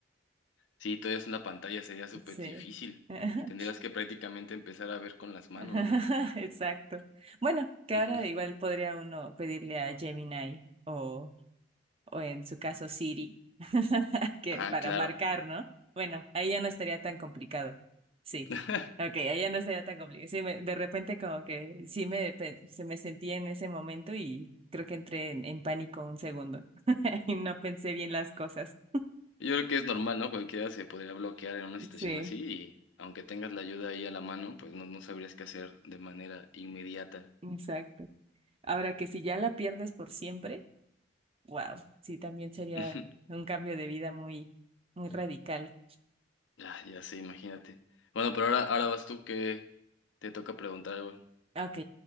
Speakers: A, on the left (about 80°); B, on the right (about 30°).
A: sí, todo es en la pantalla, sería súper
B: sí.
A: difícil.
B: <laughs>
A: Tendrías que prácticamente empezar a ver con las manos,
B: Ajá,
A: ¿no?
B: Exacto. Bueno, que
A: <laughs>
B: ahora igual podría uno pedirle a Gemini o o en su caso Siri, <laughs> que
A: Ah,
B: para
A: claro.
B: marcar, ¿no? Bueno, ahí ya no estaría tan complicado. Sí.
A: <laughs>
B: Ok, ahí ya no estaría tan complicado. Sí, me- de repente como que sí me, pe- se me sentía en ese momento y creo que entré en, en pánico un segundo <laughs> y no pensé bien las cosas.
A: Yo creo que es normal, ¿no? Cualquiera se podría bloquear en una situación
B: Sí,
A: así y aunque tengas la ayuda ahí a la mano, pues no, no sabrías qué hacer de manera inmediata.
B: exacto. Ahora que si ya la pierdes por siempre, wow, sí, también sería
A: <laughs>
B: un cambio de vida muy, muy radical.
A: Ah, ya sé, imagínate. Bueno, pero ahora, ahora vas tú que te toca preguntar algo.
B: Ok,